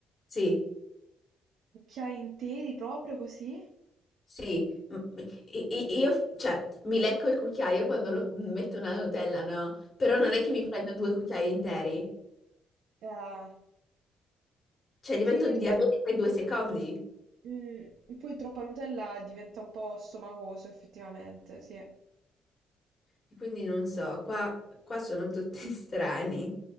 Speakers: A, on the left (about 35°); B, on the right (about 80°).
A: Sì.
B: Cucchiai interi proprio così?
A: Sì, m- i- i- io, cioè, mi lecco il cucchiaio quando lo- metto una Nutella, no? Però non
B: Mm.
A: è che mi prendo due cucchiai interi,
B: Eh,
A: cioè divento
B: sì,
A: diabetica in due secondi.
B: mm, poi troppa Nutella diventa un po' stomacoso, effettivamente, sì.
A: E Quindi non so, qua, qua sono tutti <laughs> strani.